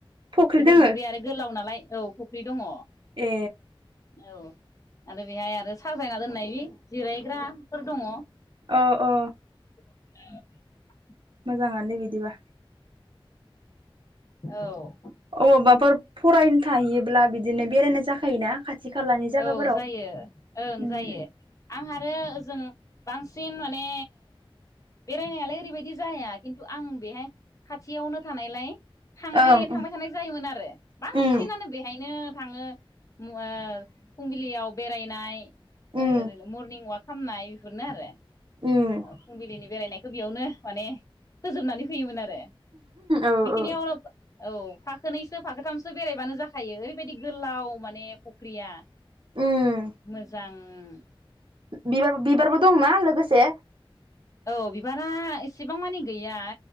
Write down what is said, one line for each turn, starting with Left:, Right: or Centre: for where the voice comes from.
Right: फुख्रि
Left: बिगुलि
Right: दोङो
Left: फख्रिया आरो गोलाव नालाय औ फुख्रि दङ
Right: ए
Left: औ आरो बेहाय आरो साजायना दोननाय बि जिरायग्राफोर दङ।
Right: अ अ
Left: <unintelligible>
Right: मोजाङानो बि दिबा
Left: औ
Right: अबावबाफोर फरायनो थाहैयोब्ला बिदिनो बेरायनाय जाखायोना खाथि खालानि जायगाफोराव
Left: औ जायो ओं
Right: उम
Left: जायो आं आरो ओजों बांसिन माने बेरायनायालाय ओरैबायदि जाहाया खिन्थु आं बेहाय खाथियावनो थानायलाय थांनाय
Right: ओं
Left: थांबाय
Right: ओं
Left: थानाय जायोमोन आरो बांसिनानो
Right: उम
Left: बेहायनो थाङो <unintelligible> फुंबिलियाव बेरायनाय
Right: उम
Left: ओरैनो मर्निं वाक खामनाय नो आरो ओ
Right: उम
Left: फुंबिलिनि बेरायनायखौ बेयावनो माने फोजोबनानै फैयोमोन आरो बे
Right: औ
Left: बेखिनिआव
Right: औ
Left: औ फाखोनैसो फाखोथामसो बेरायबानो जाखायो ओरैबायदि गोलाव माने फख्रिया
Right: उम
Left: मोजां ओं
Right: बिबार बिबारबो दं ना लोगोसे?
Left: औ बिबारा एसेबां मानि गैया